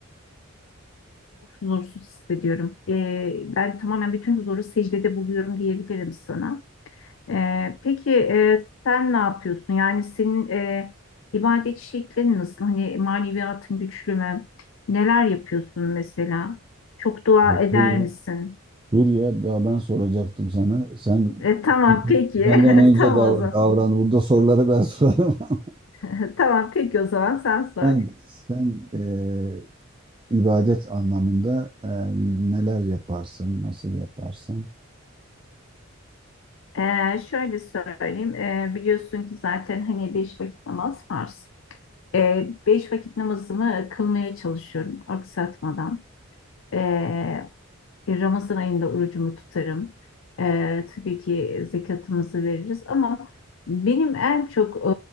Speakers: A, on the left; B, on the right.
A: huzursuz hissediyorum. Eee, ben tamamen bütün huzuru secdede buluyorum diyebilirim sana. Ee, peki e, sen ne yapıyorsun? Yani senin e, ibadet şeklin nasıl? Hani maneviyatın güçlü mü? Neler yapıyorsun mesela? Çok dua
B: Ya
A: eder
B: Dur ya,
A: misin?
B: dur ya daha ben soracaktım sana. Sen
A: E, tamam peki.
B: benden
A: <laughs>
B: önce
A: Tamam
B: dav
A: o zaman.
B: davran. Burada soruları ben sorarım. <laughs>
A: <laughs> Tamam peki o zaman sen sor.
B: Sen, sen eee, ibadet anlamında eee, neler yaparsın, nasıl yaparsın?
A: Ee, şöyle söyleyeyim. Ee, biliyorsun ki zaten hani beş vakit namaz farz. Ee, beş vakit namazımı kılmaya çalışıyorum aksatmadan. Ee, E, Ramazan ayında orucumu tutarım. E, tabii ki zekatımızı veririz ama benim en çok e,